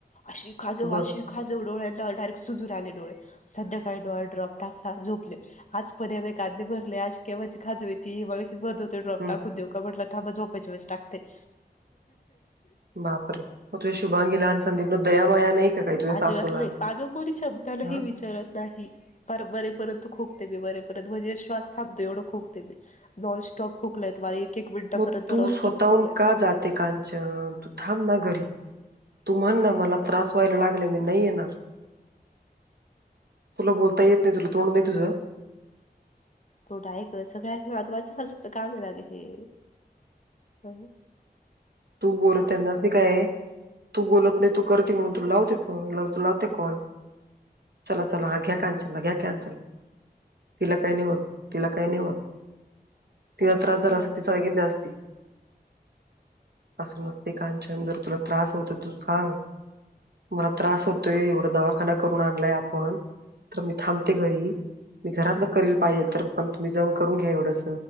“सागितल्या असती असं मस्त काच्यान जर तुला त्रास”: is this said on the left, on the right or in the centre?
Right